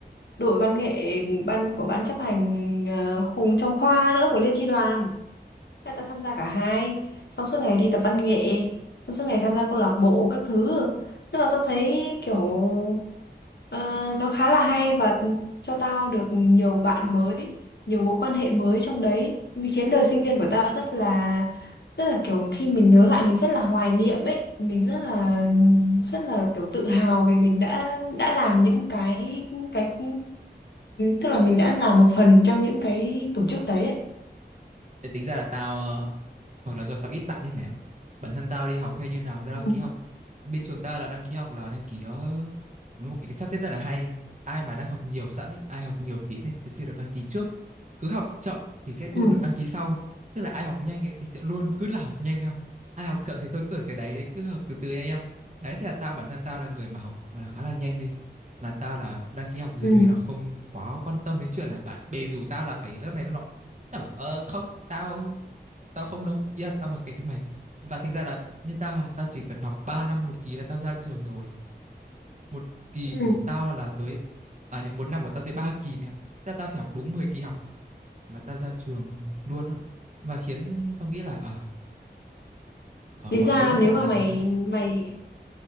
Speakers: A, on the left (about 75°); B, on the right (about 45°).
A: đội văn nghệ ban của ban chấp hành uh, hùng trong khoa nữa của liên chi đoàn Thế Là tao tham gia cả hai Xong suốt ngày đi tập văn nghệ Xong suốt ngày tham gia câu lạc bộ các thứ Nhưng mà tao thấy kiểu ờ, Nó khá là hay Và cho tao được nhiều bạn mới Nhiều mối quan hệ mới trong đấy Vì khiến đời sinh viên của tao rất là Rất là kiểu khi mình nhớ lại Mình rất là hoài niệm ấy Mình rất là rất là kiểu tự hào Vì mình đã đã làm những cái cái Tức là mình đã là một phần Trong những cái tổ chức đấy ấy.
B: Ê, tính ra là tao ờ, hoặc là do tao ít bạn đi mày ạ bản thân tao đi học hay như nào thì tao
A: Ừ.
B: đăng ký học bên trường tao là đăng ký học là đăng ký ờ, một cái sắp xếp rất là hay ai mà đang học nhiều sẵn ấy, ai học nhiều tí này thì sẽ được đăng ký trước cứ học chậm thì sẽ
A: Ừ.
B: luôn được đăng ký sau tức là ai học nhanh ấy, thì sẽ luôn cứ là học nhanh ha ai học chậm thì thôi cứ ở dưới đáy đấy cứ học từ từ nha em đấy thì là tao bản thân tao là người mà học gọi là khá là nhanh đi là tao là đăng ký học dường
A: Ừ.
B: như là không quá quan tâm đến chuyện là bạn bè rủ tao là phải lớp này lớp nọ Tao bảo ờ không tao tao không đâu ý là tao mặc kệ chúng mày và thành ra là như tao à, tao chỉ cần học 3 năm một kỳ là tao ra trường rồi một kỳ
A: Ừ.
B: của tao là tới à nhầm một năm của tao tới 3 kỳ mẹ ra tao chỉ học đúng 10 kỳ học mà tao ra trường luôn á và khiến tao nghĩ là ờ ờ,
A: Tính
B: mọi
A: ra
B: thứ nó
A: nếu
B: thật
A: mà
B: là
A: mày mày